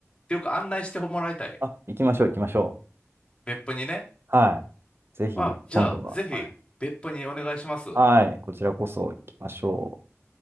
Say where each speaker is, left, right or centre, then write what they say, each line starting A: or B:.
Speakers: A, on the left (about 20°); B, on the right (about 50°).
A: ていうか案内してもらいたい。
B: あ、行きましょう、行きましょ
A: 別府にね。
B: う。はい。ぜひ、
A: あ、じゃあ、
B: 今度は。
A: ぜひ、
B: はい。
A: 別府にお願いします。
B: はい。こちらこそ行きましょう。